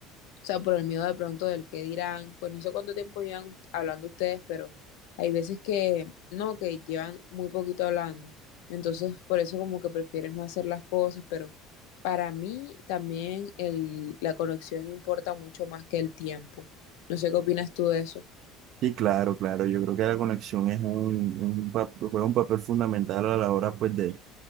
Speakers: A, on the left; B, on the right.
A: O sea, por el miedo de pronto del qué dirán, pues no sé cuánto tiempo llevan hablando ustedes, pero hay veces que no, que llevan muy poquito hablando. Entonces, por eso como que prefieres no hacer las cosas, pero para mí también el, la conexión importa mucho más que el tiempo. No sé qué opinas tú de eso.
B: Sí, claro, claro. Yo creo que la conexión es un, un pa- juega un papel fundamental a la hora pues, de,